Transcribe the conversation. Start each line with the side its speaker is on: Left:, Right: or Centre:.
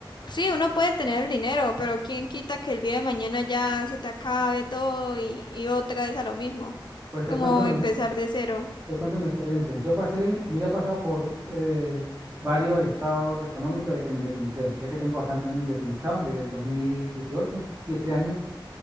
Left: Sí, uno puede tener el dinero, pero quién quita que el día de mañana ya se te acabe todo y, y otra vez a lo mismo,
Right: pues te
Left: como
Right: cuento,
Left: empezar de cero.
Right: te cuento mi experiencia. Yo pasé, yo ya he pasado por eh, varios estados económicos de que me independicé, ya que tengo bastantes años independizado, desde el 2018, siete años